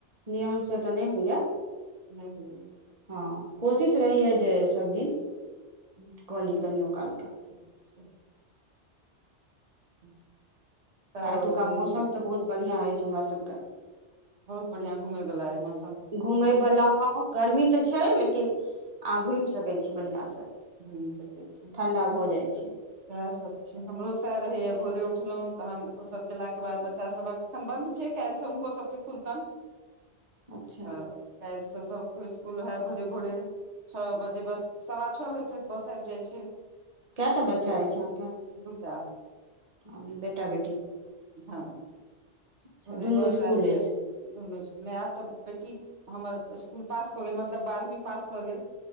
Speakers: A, on the right; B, on the right.
A: नियम से तऽ नै होइय
B: नै होइय
A: हँ कोशिश रहैय जे सब दिन <inaudible> कऽ ली कनियो काल कऽ
B: <unintelligible> <unintelligible> तऽ
A: एतुका मौसम तऽ बहुत बढ़िआँ ऐछ हमरा सभ कऽ
B: बहुत बढ़िया घुमै बला यऽ मौसम
A: घुमै
B: हँ
A: बला ह गर्मी तऽ छै लेकिन अहाँ घुम सकै छी बढ़िआं स
B: घुम सके छी
A: ठण्डा भऽ जाइ छै
B: सैह सब छै हमरो सैह रहैया भोरे उठलौ तहन ओसभ केला केँ बाद बच्चा सभ हक एखन बन्द छै काइल से हुनको सब केँ खुलतन
A: अच्छा
B: <inaudible> काइल स सब कोई इसकुल ओहै भोरे भोरे छ बजे बस सवा छ होइत हो तऽ बस आइब जाइ छै
A: कैटा बच्चा
B: तऽ
A: ऐछ अहाँ केँ
B: दूटा
A: <inaudible> बेटा बेटी
B: हँ
A: अच्छा
B: भोरे
A: दुनू
B: बस
A: इसकुल
B: ऐल फेर
A: अछि
B: <unintelligible> आब तऽ बेटी हमर इस्कुल पास कऽ गेल मतलब बारहवीं पास कऽ गेल